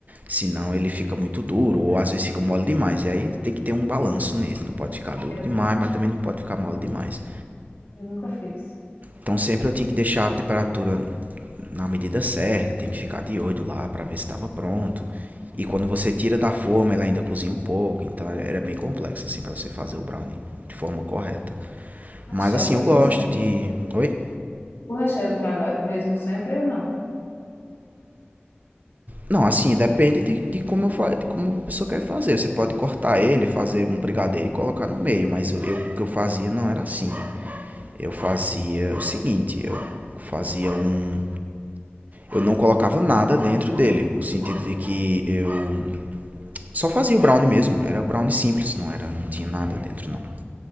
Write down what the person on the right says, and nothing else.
senão ele fica muito duro, ou às vezes fica mole demais. E aí tem que ter um balanço nesse. Não pode ficar duro
demais, mas também não pode ficar mole demais.
Então sempre eu tinha que deixar a temperatura na medida certa, tem que ficar de olho lá para ver se estava pronto. E quando você tira da forma, ele ainda cozinha um pouco, então é, era bem complexo assim para você fazer o brownie de forma correta.
Mas assim,
eu gosto
de. Oi?
Não, assim, depende de, de como eu fa... de como a pessoa quer fazer. Você pode cortar ele, fazer um brigadeiro e colocar no meio, mas eu, eu, o que eu fazia não era assim. Eu fazia o seguinte, eu fazia um. Eu não colocava nada dentro dele, no sentido de que eu só fazia o brownie mesmo. Era brownie simples, não era, não tinha nada dentro não.